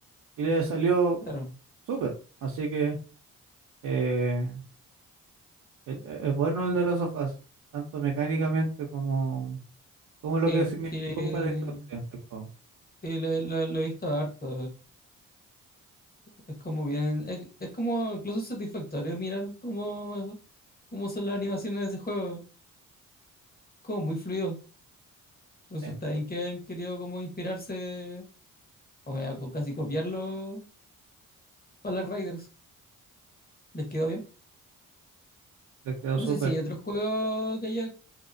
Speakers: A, on the right; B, on the left.
A: Y les salió
B: Claro.
A: súper. Así que eh, es es bueno el de los sofás, tanto mecánicamente como, como
B: Sí,
A: lo que significó
B: sí.
A: para la industria del juego.
B: Sí, lo, lo- lo he visto harto. Es como bien. Es, es como incluso satisfactorio mirar cómo, cómo son las animaciones de ese juego. Como muy fluido. Entonces,
A: Sí,
B: también que han querido como inspirarse. O sea, co- casi copiarlo para las Riders. Les quedó bien.
A: les quedó
B: No
A: súper.
B: sé si hay otro juego que haya